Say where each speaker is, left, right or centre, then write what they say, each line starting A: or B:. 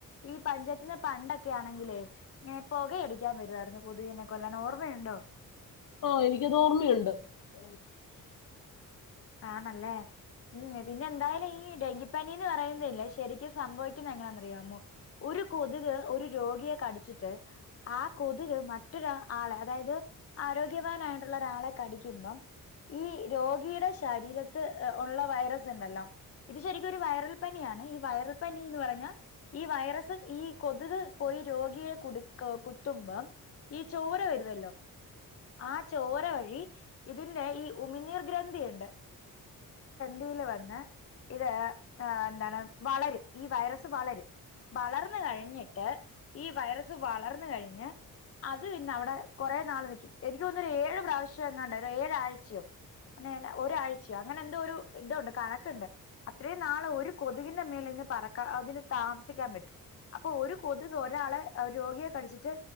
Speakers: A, on the left; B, on the left.
A: ഈ പഞ്ചായത്തീന്ന് പണ്ടൊക്കെ ആണെങ്കിലേ ഇങ്ങനെ പൊക അടി ടിക്കാൻ വരുവായിരുന്നു കൊതുകിനെ കൊല്ലാൻ ഓർമ്മയുണ്ടോ
B: ആഹ് എനിക്കത് ഓർമ്മയുണ്ട് <inaudible>
A: ആണല്ലേ ഉം പിന്നെ എന്തായാലും ഈ ഡെങ്കിപ്പനീന്ന് പറയുന്നില്ലേ ശരിക്കും സംഭവിക്കുന്ന എങ്ങനാന്നറിയാമോ ഒരു കൊതുക് ഒരു രോഗിയെ കടിച്ചിട്ട് ആ കൊതുക് മറ്റൊരു ആളെ അതായത് ആരോഗ്യവാനായിട്ടുള്ള ഒരാളെ കടിക്കുമ്പം ഈ രോഗിയുടെ ശ രീരത്ത് ഉള്ള വൈറസ് ഉണ്ടല്ലോ ഇത് ശരിക്കും ഒരു വൈറൽ പനിയാണ് ഈ വൈറൽ പനിയെന്ന് പറഞ്ഞാ ഈ വൈറസ് ഈ കൊതുക് പോയി ഈ രോഗിയെ കുടി കുത്തുമ്പം ഈ ചോര വരുവല്ലോ ആ ചോര വഴി ഇതിന്റെ ഈ ഉമിനീർ ഗ്രന്ഥിയുണ്ട് ഗ്രന്ഥിയില് വന്ന് ഇത് എന്താണ് വളരും ഈ വൈറസ് വളരും വളർന്നു കഴിഞ്ഞിട്ട് ഈ വൈറസ് വളർന്നു കഴിഞ്ഞ് അത് പിന്നെ അവിടെ കൊറേ നാള് നിക്കും എനിക്ക് തോന്നുന്നു ഒരു ഏഴ് പ്രാവശ്യം എങ്ങാണ്ട് ഏഴ് ആഴ്ചയോ അങ്ങനെ ഒരാഴ്ചയോ അങ്ങനെ എന്തോ ഒരു ഇതുണ്ട് കണക്കുണ്ട് അത്രയും നാള് ഒരു കൊതുകിന്റെ മേലെന്ന് പറക്കാൻ അതിന് താമസിക്കാൻ പറ്റും അപ്പൊ ഒരു കൊതുക് ഒരാള് രോഗിയെ കടിച്ചിട്ട്